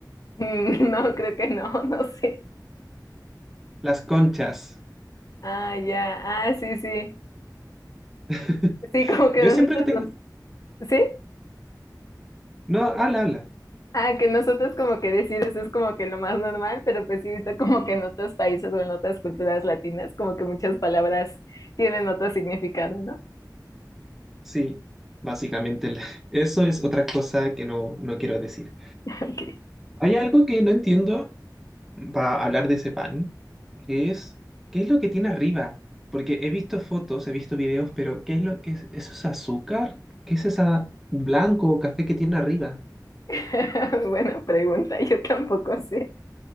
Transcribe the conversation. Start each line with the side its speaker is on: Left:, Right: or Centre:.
Left: Mm, No, creo que no, <laughs> no sé.
Centre: las conchas.
Left: Ah, ya. Ah, sí, sí.
Centre: <laughs>
Left: Sí, como que
Centre: Yo
Left: nosotros
Centre: siempre tengo...
Left: nos- ¿Sí?
Centre: No, habla, habla.
Left: Ah, que nosotros como que decir eso es como que lo más normal, pero pues sí, he visto como que en otros países o en otras culturas latinas, como que muchas palabras tienen otro significado, ¿no?
Centre: Sí, básicamente el- <laughs> eso es otra cosa que no, no quiero decir.
Left: Ok.
Centre: Hay algo que no entiendo va a hablar de ese pan, que es, ¿qué es lo que tiene arriba? Porque he visto fotos, he visto videos, pero ¿qué es lo que es? ¿Eso es azúcar? ¿Qué es esa blanco o café que tiene arriba?
Left: <laughs> Buena pregunta, yo tampoco sé.